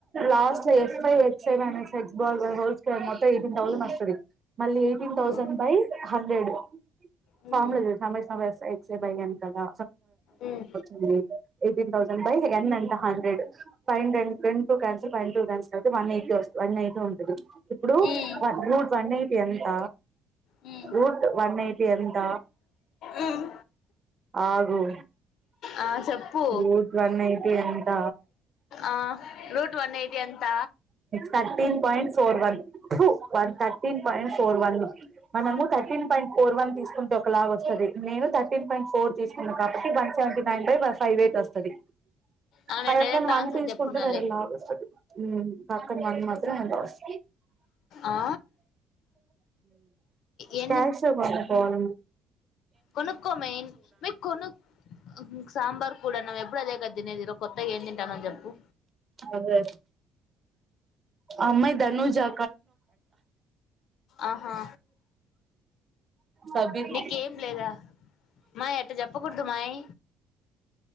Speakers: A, on the right; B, on the left.
A: లాస్ట్ లో ఎఫ్ఐ ఎస్ సవన్ ఎక్స్ బాల్ హోల్స్కర్ మొత్తం ఇదింటాళ మస్తుది మళ్ళీ eighteen
B: um,
A: thousand by hundred
B: um, um,
A: form లో చూ సమేశ వ్యవసా ఎక్స్ బయను కదా
B: ఉమ్,
A: అింది ఎయిటీన్ ౌసండ్ బై ఎన్ అంట హండ్రెడ్ ఫైవ్ హండ అండ్ట్ పండి అయితే వన్ ఎయిట్ వన్ ఎయిట్ ఉంటది ఇప్పుడుూ
B: ఉమ్,
A: వన్ ఎయిట్ ఎంత
B: ఉమ్,
A: ఊట్ వన్ ఎయిటీ ఎంత
B: ఉమ్.
A: ఆగు
B: ఆ చెప్పు
A: రూట్ వన్ ఎయిటీ ఎంత
B: ఆ రో వన్ ఎయిటీ అంత
A: thirteen point four one two one thirteen point four one మనము ర్టీన్ పాయింట్ ఫోర్ వన్ తీసుకుంటే ఒక అలాగ వస్తుది నేను థర్టీన్ పాయింట్ ఫోర్ తీసుకున్నా కాబట్టి one seventy nine by five eight వస్తుది
B: అవునండి
A: బయక్క
B: డైరెక్ట్
A: వంద
B: ఆన్సర్
A: తీసుకుంటే
B: చెప్పున్నాలే
A: వెరాల ఉ పక్కన మంద మాత్ర నస్త
B: ఆ ఏం
A: కష కొ పోాల
B: కొనుకోమయిన్ మీ కొను సాంబార్ కూడాన్నావ్ ఎప్పుడు అదే క తినేదిరో కొత్తగా ఏం తింటాను అని చెప్పు
A: అదే అమ్మాయి ధనుజా
B: ఆహా
A: సబీర్
B: నీకేం లేదా మాయ అంత జప్ప కొడుదు మాయ్